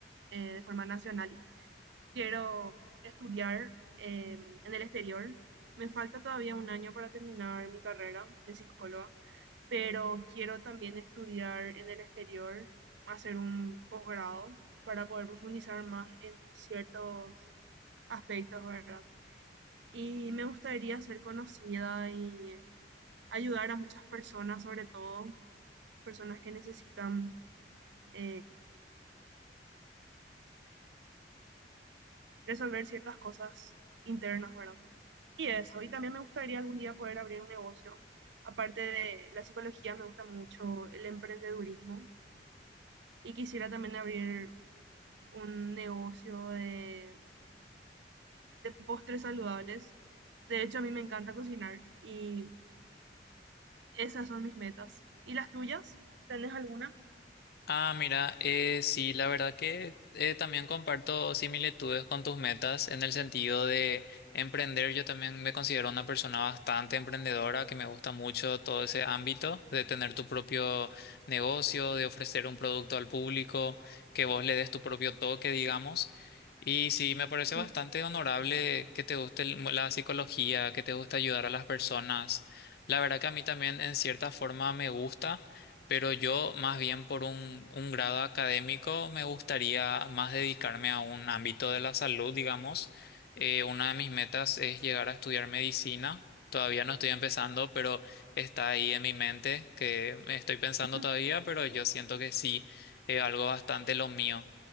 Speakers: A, on the right (about 80°); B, on the left (about 60°).
A: eh, de forma nacional. Quiero estudiar eh, en el exterior. Me falta todavía un año para terminar mi carrera de psicóloga, pero quiero también estudiar en el exterior, hacer un posgrado para poder profundizar más en ciertos aspectos, ¿verdad? Y me gustaría ser conocida y ayudar a muchas personas, sobre todo personas que necesitan eh, resolver ciertas cosas internas, ¿verdad? Y eso, y también me gustaría algún día poder abrir un negocio. Aparte de la psicología, me gusta mucho el emprendedurismo y quisiera también abrir un negocio de, de postres saludables. De hecho, a mí me encanta cocinar y esas son mis metas. ¿Y las tuyas? ¿Tenés alguna?
B: Ah, mira, eh, sí, la verdad que eh, también comparto similitudes con tus metas en el sentido de emprender. Yo también me considero una persona bastante emprendedora, que me gusta mucho todo ese ámbito de tener tu propio negocio, de ofrecer un producto al público, que vos le des tu propio toque, digamos. Y sí, me parece
A: Sí,
B: bastante honorable que te guste el- la psicología, que te guste ayudar a las personas. La verdad que a mí también en cierta forma me gusta. Pero yo, más bien por un, un grado académico, me gustaría más dedicarme a un ámbito de la salud, digamos. Eh, una de mis metas es llegar a estudiar medicina. Todavía no estoy empezando, pero está ahí en mi mente, que estoy pensando
A: <laughs>
B: todavía, pero yo siento que sí, eh, algo bastante lo mío.